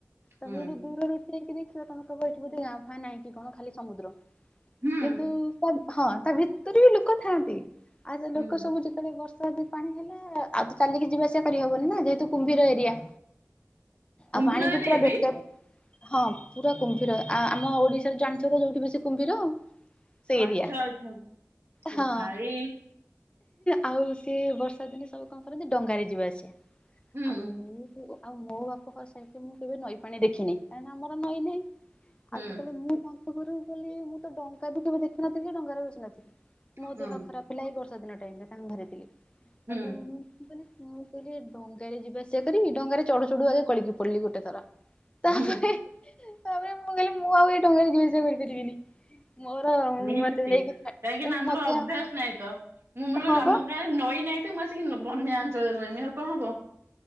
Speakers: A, on the left; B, on the right.
A: ତୋମେ
B: ହୁଁ
A: ଯଦି ଦୂରରୁ ଠିଆ ହେଇକି ଦେଖିବ ତୋମେ କହିବ ଏଠି ବୋଧେ ଗାଁ ଫାଁ ନାହିଁ କି କଣ ଖାଲି ସମୁ୍ଦ୍ର।
B: ହୁଁ
A: କିନ୍ତୁ ତା ହଁ ତା ଭିତରୁ ବି ଲୁକ ଥାଆନ୍ତି। ଆଉ ଯେ
B: ହୁଁ।
A: ଲୋକ ସବୁ ଯେତେବେଳେ ବର୍ଷ ଷା ଯଦି ପାଣି ହେଲା ଆଉ ତ ଚାଲିକି ଯିବା ଆସିବା କରିହବନି ନା ଯେହେତୁ କୁମ୍ଭୀର ଏରିଆ।
B: କୁମ୍ଭୀର
A: ଆଉ ପାଣି
B: ଏରିଏ
A: ବି ପୁରା ବେକେ, ହଁ ପୁରା କୁମ୍ଭ ମ୍ଭୀର ଆ, ଆମ ଓଡିଶାରେ ଜାଣିଥିବ ତ ଯୋଉଠି ବେଶୀ କୁମ୍ଭୀର। ସେ
B: ଆଚ୍ଛା,
A: ଏରିଆ
B: ଆଚ୍ଛା, ଏ
A: ହଁ
B: ଭାଇ
A: ଆଉ ସିଏ ବର୍ଷାଦିନେ ସବୁ କଣ କରନ୍ତି ଡଙ୍ଗାରେ ଯିବା ଆସିବା।
B: ହୁଁ
A: ଆଉ ମୁଁ କୁ-ଅ, ଆଉ ମୋ ବାପ ଘର ସାଇଟ ରେ ମୁଁ କେବେ ନଈ ପାଣି ଦେଖିନି। କାହିଁକି ନା ଆମର ନଈ ନାହିଁ।
B: ହୁଁ
A: ଆଉ ଯେତେବେଳେ ମୁଁ ତାଙ୍କ ଘରୁକୁ ଗଲି ମୁଁ ତ ଡଙ୍ଗା ବି କେବେ ଦେଖିନଥିଲି, ଡଙ୍ଗାରେ ବସିନଥିଲି। ମୋ
B: ହୁଁ
A: ଦେହ ଖରାପ ହେଲା ଏଇ ବର୍ଷା ଦିନ ଟାଇମ୍ ରେ। ତାଙ୍କ ଘରେ ଥିଲି ସେଉଠୁ
B: ହୁଁ
A: ମୁଁ ମୁଁ କହିନି, ମୁଁ କହିଲି ଏ ଡଙ୍ଗାରେ ଯିବା ଆସିବା କରିବି। ଡଙ୍ଗାରେ ଚଢୁ ଚଢୁ ଆଗେ ଗଳିକି ପଡିଲି ଗୁଟେ ଥର। ତାପରେ
B: ହୁଁ
A: ତାପରେ ମୁଁ କହିଲି ମୁଁ ଆଉ ଏଇ ଡ଼ଙ୍ଗାରେ ଯିବା ଆସିବା କରିପାରିବିନି। ମୋର
B: ନିହାତି
A: ମତେ ନେଇକି
B: କାହିଁକି ନା ଆମର
A: ମତେ
B: ଅଭ୍ୟାସ ନାହିଁ ତ। ମୁଁ ମୂଳରୁ
A: ହଁ ବା
B: ଆମ ଗାଁରେ ନଈ ନାଇଁ ତ ମୁଁ ଆସିକି ଲ-ବନ୍ୟା ଅଞ୍ଚଳରେ ରହିନି ଆଉ କଣ ହବ।